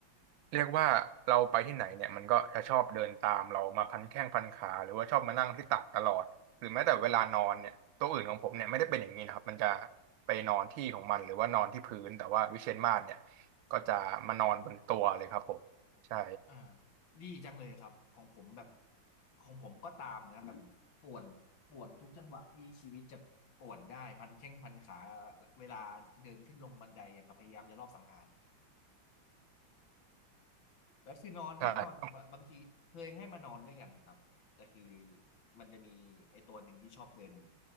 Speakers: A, on the right; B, on the left.
A: เรียกว่าเราไปที่ไหนเนี่ยมันก็จะชอบเดินตามเรามาพันแข้งพันขาหรือว่าชอบมานั่งที่ตักตลอดหรือแม้แต่เวลานอนเนี่ยตัวอื่นของผมเนี่ยไม่ได้เป็นอย่างนี้นะครับมันจะไปนอนที่ของมันหรือว่านอนที่พื้นแต่ว่าวิเชียรมาศเนี่ยก็จะมานอนบนตัวเลยครับผมใช่
B: อ่าดีจังเลยครับของผมแบบของผมก็ตามนะแบบป่วนป่วนทุกจังหวะที่ชีวิตจะป่วนได้พันแข้งพันขาเวลาเดินขึ้นลงบันไดอย่างกับพยายามจะรอบสังหาร แล้วคือนอนก็นอนบบางทีเคยให้มานอนด้วยกันครับแต่คือ
A: ใช่
B: มันจะมีไอ้ตัวหนึ่งที่ชอบเดิน